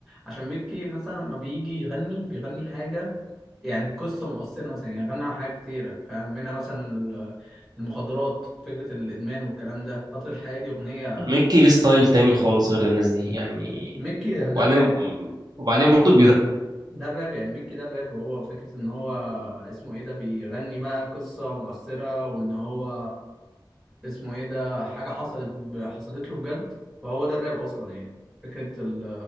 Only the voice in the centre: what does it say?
عشان ميكي مثلا لما بيجي يغني بيغني حاجه يعني قصه مؤثره مثلا يعني غنى عن حاجات كتيره فاهم منها مثلا ال- المخدرات فكره الادمان والكلام ده قطر الحياه دي اغنيه
ميكي ده
الراب
ده الراب يعني ميكي ده الراب هو فكره ان هو اسمه ايه ده بيغني بقى قصه مؤثره وان هو اسمه ايه ده حاجة حصلت ب... حصلت له بجد فهو ده الراب اصلا يعني فكرة ال...